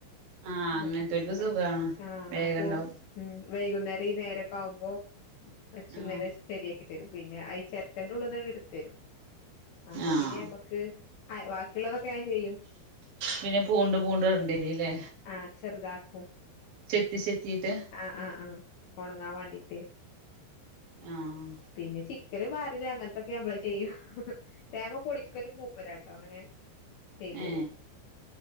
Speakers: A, on the right (about 75°); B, on the left (about 85°).
A: ആഹ് അങ്ങനത്തോൽക്ക്
B: മ്മ്
A: സുഖാണ്
B: ആ
A: വേഗണ്ടാവും
B: അപ്പൊ ഉം വൈകുന്നേരം ഈ നേര ക്കാവുമ്പോ മച്ചുങ്ങനെ
A: ആഹ്
B: ശരിയാക്കി തരും പിന്നെ അയി ഈ ചെരട്ടന്റെ ഉള്ള്ന്ന്ങ്ങനെ ഇട്ത്തരും അപ്പൊ
A: ആഹ്
B: പിന്നെ നമ്മക്ക് ബാക്കിയുള്ളതൊക്കെ ഞാൻ ചെയ്യും
A: പിന്നെ പൂണ്ട് ഇടണ്ടേരുല്ലേ
B: ആഹ് ചെറുതാക്കും
A: ചെത്തി ചെത്തീട്ട്
B: ആഹ് ആഹ് ആഹ് ഒണങ്ങാൻ വാണ്ടിട്ടേ
A: ആഹ്
B: പിന്നെ ചി ക്കലും വരലും അങ്ങനത്തൊക്കെ നമ്മള് ചെയ്യും തേങ്ങ പൊളിക്കലും മൂപ്പരട്ടോ അങ്ങനെ ചെയ്തരും
A: ഏ